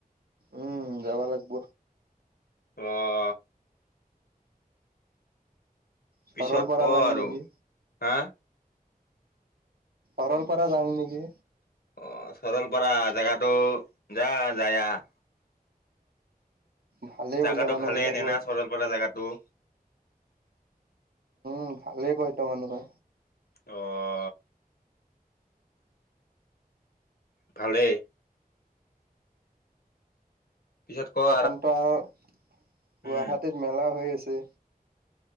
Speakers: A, on the right; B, on the left.
A: উম যাবা লাগিব।
B: অঁ!
A: সৰলপাৰা
B: পিছত ক
A: যাং
B: আৰু
A: নেকি
B: হা!
A: ঘৰৰ পৰা যাওঁ নেকি?
B: অঁ! চৰল পৰা জেগাটো যা যায় আহ।
A: ভালেই
B: জাগাটো
A: বোলে মানুহ
B: ভালেই
A: বিলাকে
B: এনেই না চৰল পৰা জেগাটো?
A: উম! ভালেই কয় ত মানুহে।
B: অ! ভালেই। পিছত ক
A: এখনতো আৰু গুৱাহাটীত
B: উম
A: মেলাও হৈ আছে।